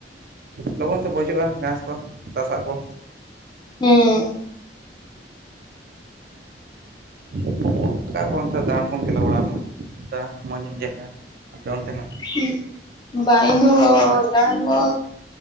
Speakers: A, on the right (about 55°); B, on the left (about 25°).
A: ᱞᱚᱜᱚᱱ ᱛᱮ ᱵᱚᱡᱚᱜᱼᱟ ᱜᱷᱟᱸᱥ ᱠᱚ ᱛᱟᱥᱟᱜ ᱠᱚ᱾
B: ᱦᱩᱸ,
A: ᱚ, ᱚᱠᱟ ᱠᱚ ᱚᱱᱛᱮ ᱫᱟᱬᱟᱱ ᱠᱚᱢ ᱪᱟᱞᱟᱣ ᱵᱟᱲᱟᱣ ᱠᱟᱱᱟ ᱚᱠᱟ ᱢᱚᱡᱽ ᱧᱚᱜ ᱡᱟᱭᱜᱟ ᱟᱯᱮ ᱚᱱᱛᱮᱱᱟᱜ᱾
B: ᱦᱩᱸ, ᱵᱟᱝ ᱤᱧ ᱫᱚ ᱫᱟᱲᱟᱱ ᱫᱚ